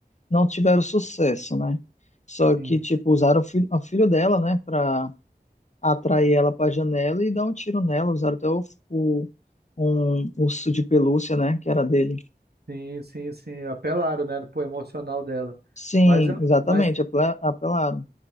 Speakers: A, on the left; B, on the right.
A: não tiveram sucesso, né? Só que,
B: Sim,
A: tipo, usaram o filho, o filho dela, né, pra atrair ela pra janela e dar um tiro nela. Usaram até o, o, um urso de pelúcia, né, que era dele.
B: sim, sim. sim. Apelaram, né, pro emocional dela.
A: Sim,
B: Mas, eu-
A: exatamente,
B: mas
A: apela- apelaram.